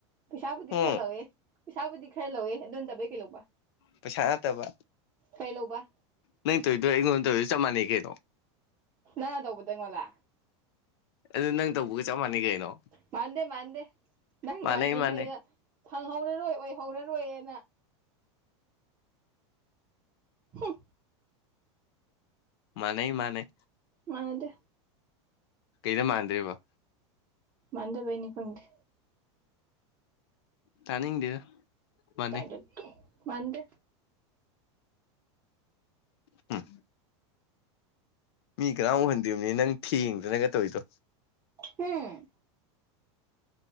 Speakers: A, on the right (about 20°); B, on the left (about 60°).
A: ꯄꯩꯁꯥꯕꯨꯗꯤ
B: ꯎꯝ
A: ꯈꯔ ꯂꯧꯋꯦ꯫ ꯄꯩꯁꯥꯕꯨꯗꯤ ꯈꯔ ꯂꯧꯋꯦ ꯑꯗꯨꯣ ꯅ ꯇꯕꯩ ꯀꯩ ꯂꯧꯕ꯫
B: ꯄꯩꯁꯥ ꯅꯠꯇꯕ
A: ꯀꯩ ꯂꯧꯕ
B: ꯅꯪ ꯇꯧꯗꯣꯏ ꯑꯩꯉꯣꯟꯗ ꯇꯧꯔꯤꯗ ꯆꯞ ꯃꯥꯟꯅꯩ ꯀꯩꯅꯣ꯫
A: ꯅꯪ ꯇꯧꯕꯗꯨ ꯑꯩꯑꯣꯟꯗ꯫
B: ꯑꯗꯨ ꯅꯪ ꯇꯧꯕꯒ ꯆꯞ ꯃꯥꯟꯅꯩ ꯀꯩꯅꯣ
A: ꯃꯥꯟꯗꯦ ꯃꯥꯟꯗꯦ ꯅꯪꯅꯁꯦ
B: ꯃꯥꯟꯅꯩ ꯃꯥꯟꯅꯩ
A: ꯁꯤ ꯌꯥ꯫ ꯐꯪꯍꯧꯔꯔꯣꯏ ꯑꯣꯏꯍꯧꯔꯔꯣꯏꯅ꯫ ꯍꯨꯝ꯫
B: ꯃꯥꯅꯩ ꯃꯥꯅꯩ꯫
A: ꯃꯥꯟꯅꯗꯦ꯫
B: ꯀꯩꯗ ꯃꯥꯟꯗ꯭ꯔꯤꯕ꯫
A: ꯃꯥꯟꯗꯕꯩꯅꯤ ꯈꯪꯗꯦ꯫
B: ꯇꯅꯤꯡꯗꯦꯗ ꯃꯥꯟꯅꯩ꯫
A: ꯇꯅꯤꯡꯗꯔ ꯇꯣꯛꯑꯣ ꯃꯥꯟꯗꯦ꯫
B: ꯍꯨꯝ꯫ ꯃꯤ ꯀꯅꯥꯝ ꯎꯍꯟꯗꯤꯝꯅꯤ ꯅꯪ ꯊꯦꯡꯗꯅꯒ ꯇꯧꯔꯤꯗꯣ꯫
A: ꯍꯨꯝ꯫